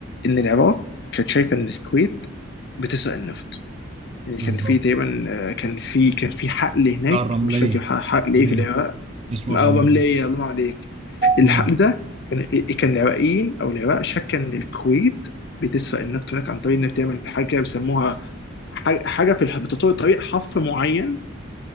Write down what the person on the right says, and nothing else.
بالظبط
بتاع الرمليه
ايوه
اسمه
الرمليه
مم.